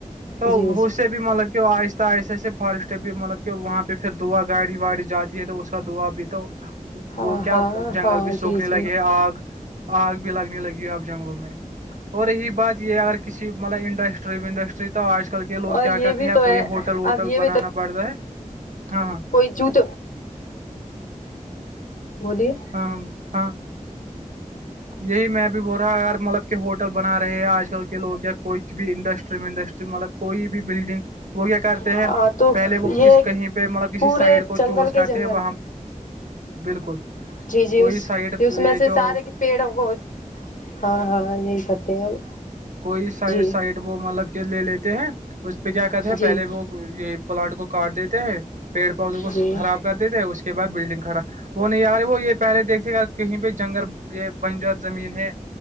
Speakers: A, on the right; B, on the left.
A: تو
B: جی جی
A: اس سے بھی بھی مطلب کہ آہستہ آہستہ سے فارسٹ بھی مطلب کہ وہاں پہ پھر دعا گاڑی واڑی جاتی ہے تو اس کا دعا بھی تو کا <unintelligible>
B: ہاں
A: وہ کیا
B: ہاں
A: جنگل
B: ہاں
A: بھی سوکھنے
B: جی
A: لگے
B: جی
A: ہے آگ آگ بھی لگنے لگی ہے اب جنگلوں میں اور یہی بات یہ اگر کسی مطلب انڈسٹری ونڈسٹری شتا آج کل کے لو
B: اور
A: کیا
B: یہ
A: کہتے
B: بھی
A: ہیں یا
B: تو ہے
A: کوئی ہوٹل ووٹل
B: اب یہ بھی
A: بنانا
B: تو
A: پڑتا ہے ہاں ہاں
B: کوئی جوت بولیے <unintelligible>
A: ہاں ہاں یہی میں بھی بول رہا اار مطلب کہ ہوٹل بنا رہے ہیں آج کل کے لوگ کچھ بھی انڈسٹری ونڈسٹری مطلب کوئی بھی بلڈنگ وہییا کر
B: ہاں
A: ہیں
B: تو
A: پہلے وہ ک
B: یہ
A: کہیں پہ مطلب کسی
B: پورے
A: سائڈ کو
B: جنگل
A: چوز کرتے
B: کے جنگل
A: ہیں وہاں بالکل
B: جی جی
A: کوئی
B: اس
A: سائڈ
B: اس میں
A: یہ
B: سے
A: جو
B: سارے کے پیڑوں کو ہاں ہاں یہی کہتے ہیں ہم
A: کوئی سائڈ
B: جی
A: سائڈ وہ مطلب کہ لے لیتے ہیں اس پہ کیا کہتے
B: جی
A: ہیں
B: جی
A: پہلے وہ یہ پلاانٹ کو کاٹ دیتے ہیں پیڑ پودوں کو
B: جی
A: خراب کر دیتے تھے اس کے بع بلڈنگ کھڑا وہ نہیں یارے وہ یہ پہلے دیکھتے گا کہیں پہ جنگل یہ بنجر زمین ہے